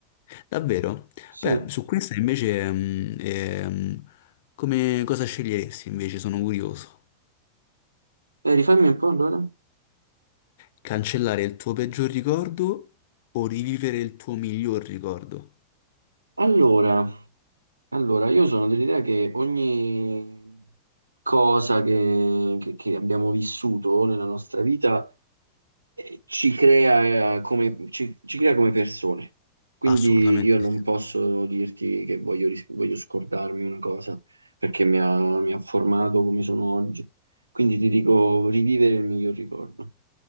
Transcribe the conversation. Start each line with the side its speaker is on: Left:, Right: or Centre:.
Left: Davvero?
Right: Sì,
Left: Beh,
Right: e
Left: su questa invece, mm, ehm, come cosa sceglieresti invece? Sono curioso.
Right: rifammi un po' allora.
Left: Cancellare il tuo peggior ricordo o rivivere il tuo miglior ricordo?
Right: Allora, Allora, io sono dell'idea che ogni cosa che, che- che abbiamo vissuto nella nostra vita eh, ci crea, eh, come, ci, ci crea come persone. Quindi
Left: Assolutamente
Right: io non
Left: sì.
Right: posso dirti che voglio, ris- voglio scordarmi una cosa, perché mi ha, mi ha formato come sono oggi. Quindi ti dico rivivere il miglior ricordo.